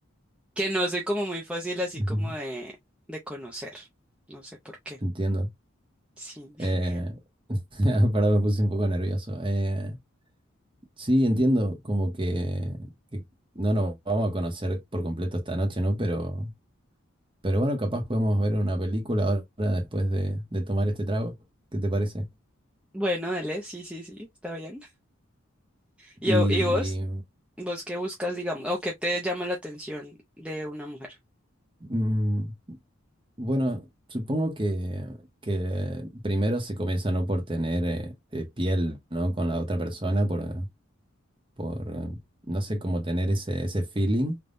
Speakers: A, in the centre; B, on the right.
A: que no soy como muy fácil así
B: ujú,
A: como de, de conocer. No sé por qué.
B: Entiendo.
A: Sí. <laughs>
B: Eh, <laughs> Perdón, me puse un poco nervioso. Eh, Sí, entiendo, como que, que no nos vamos a conocer por completo esta noche, ¿no? Pero, pero bueno, capaz podemos ver una película ahora después de, de tomar este trago. ¿Qué te parece?
A: Bueno, dale, sí, sí, sí, está bien. ¿Y,
B: Y
A: a- y vos? ¿Vos qué buscas, digamos, o qué te llama la atención de una mujer?
B: mm, bueno, supongo que, que primero se comienza no por tener eh, eh, piel, ¿no? Con la otra persona, por, por eh, no sé, cómo tener ese, ese feeling.